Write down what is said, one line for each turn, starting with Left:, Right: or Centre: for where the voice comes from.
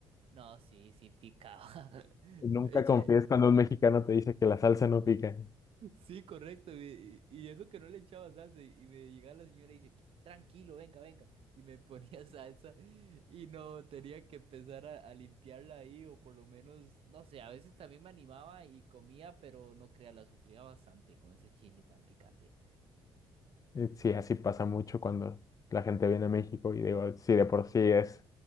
Right: No, sí, sí picaba. <laughs>
Left: Nunca
Right: Eche
Left: confíes cuando un mexicano te dice que la salsa no pica.
Right: Sí, correcto. Y, y eso que no le echaba salsa. Y, y me llegaba la señora y dice, tranquilo, venga, venga. Y me ponía <laughs> salsa. Y no, tenía que empezar a, a limpiarla ahí. O por lo menos, no sé, a veces también me animaba y comía, pero no crea, la sufría bastante con ese chile tan picante.
Left: Eh, Sí, así pasa mucho cuando la gente viene a México y digo, si de por sí es